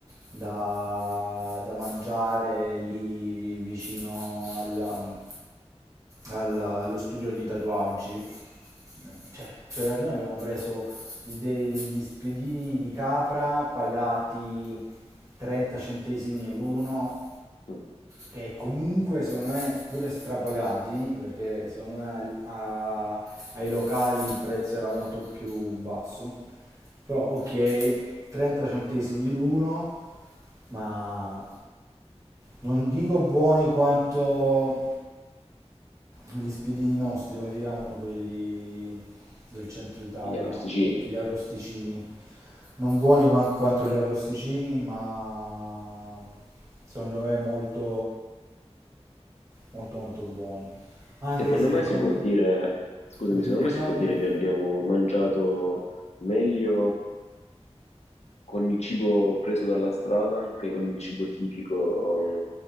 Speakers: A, on the right (about 25°); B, on the left (about 70°).
A: da, da mangiare lì vicino al, al- allo studio di tatuaggi. Cioè, cioè, noi abbiamo preso i- degli spiedini di capra pagati 30 centesimi l'uno,
B: Mm,
A: che comunque secondo me pure strapagati, perché secondo me al- a- ai locali il prezzo era molto più basso. Però ok, 30 centesimi l'uno, ma non dico buoni quanto gli spiedini nostri, come si chiamano quelli del centro Italia,
B: gli arrosticini.
A: gli arrosticini. Non buoni qua- quanto gli arrosticini, ma secondo me molto molto molto buoni. Anche
B: Secondo
A: se
B: me
A: il
B: si
A: come
B: può dire, scusami,
A: dimmi-
B: secondo me
A: non
B: si può
A: dimmi.
B: dire che abbiamo mangiato meglio con il cibo preso dalla strada che con il cibo tipico,